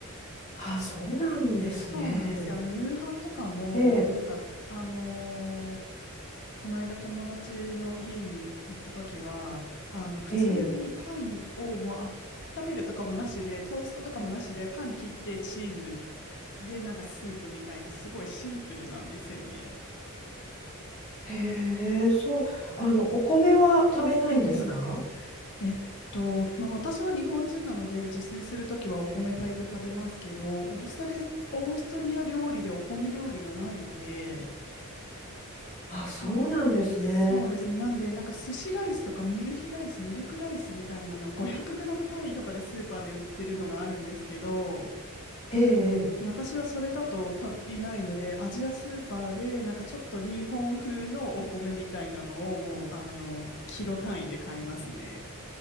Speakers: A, on the left; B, on the left.
A: あ、そうなんですね。
B: そうなんですよ。あの夕飯とかも、
A: ええ、
B: なんか、あのこの間友達の家に行った時はあの普通にパンをもうあ温めるとかもなしでトーストとかもなしでパン切ってチーズ
A: ええ、
B: でなんかスープみたいなすごいシンプルなんですよね。
A: へえ、そう、あの、お米は食べないんですか
B: えええっと、まあ、私は日本人なので自炊するときはお米炊いて食べますけどオーストリア、オーストリア料理でお米料理がないので
A: あ、そうなんですね。
B: なんそうですね。なんで、なんか寿司ライスとかミルヒライス、ミルクライスみたいなのを5 0 0ム単位とかでスーパーで売ってるのがあるんですけど、
A: ええ、え
B: 私はそれだと足りないので、アジアスーパーでなんかちょっと日本風のお米みたいなのをもう、あの、キロ単位で買いますね。